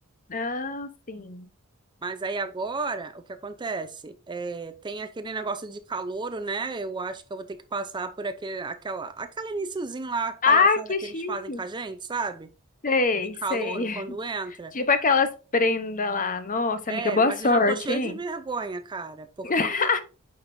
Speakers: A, on the left; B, on the right.
A: Ah, sim.
B: Mas aí agora, o que acontece? É, tem aquele negócio de calouro, né? Eu acho que eu vou ter que passar por aquele, aquela, aquele iniciozinho lá, palhaçada
A: Ah, que
B: que
A: chique.
B: eles fazem com a gente, sabe?
A: Sei,
B: De calouro,
A: sei.
B: quando
A: <laughs>
B: entra.
A: Tipo aquelas prendas lá. Nossa,
B: É,
A: amiga, boa
B: mas
A: sorte,
B: eu já tô cheio
A: hein?
B: de vergonha, cara, porque
A: <laughs>